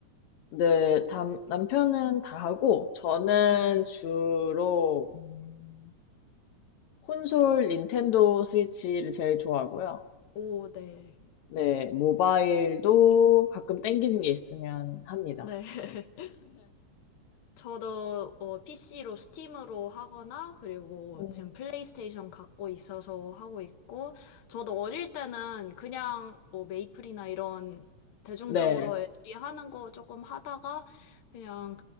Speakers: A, on the left (about 75°); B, on the left (about 55°).
A: 네, 담- 남편은 다 하고, 저는
B: 음.
A: 주로, 음, 콘솔 닌텐도 스위치를 제일 좋아하고요.
B: 오, 네.
A: 네, 모바일도 가끔 땡기는 게 있으면 합니다.
B: 네.
A: 네.
B: <laughs> 저도 어, PC로 스팀으로 하거나 그리고
A: 음,
B: 지금 플레이스테이션 갖고 있어서 하고 있고 저도 어릴 때는 그냥 뭐 메이플이나 이런 대중적으로
A: 네.
B: 애들이 하는 거 조금 하다가 그냥